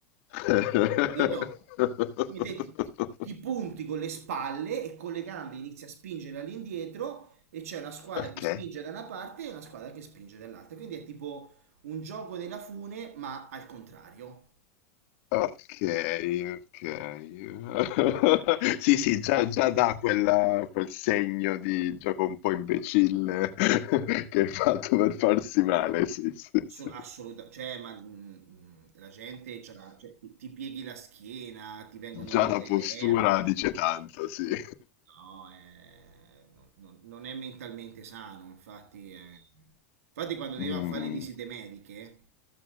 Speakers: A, on the left; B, on the right.
A: <laughs>
B: capito? Quindi te ti, ti- ti punti con le spalle e con le gambe inizi a spingere all'indietro e c'è una squadra
A: Ok.
B: che spinge da una parte e una squadra che spinge dall'altra. Quindi è tipo un gioco della fune, ma al contrario.
A: Okay, okay. <laughs> Sì, sì, già già dà quella quel segno di gioco un po' imbecille <laughs> che hai fatto per farsi male, sì, sì, sì.
B: assolutamente, cioè, ma mh, la gente c'ha- cioè, ti, ti pieghi la schiena, ti vengono
A: Già
B: le,
A: la
B: le,
A: postura
B: le ernie.
A: dice tanto, sì. <laughs>
B: No, no, eh, non, non- non è mentalmente sano, infatti, eh. Infatti quando devono
A: Mh.
B: fare le visite mediche,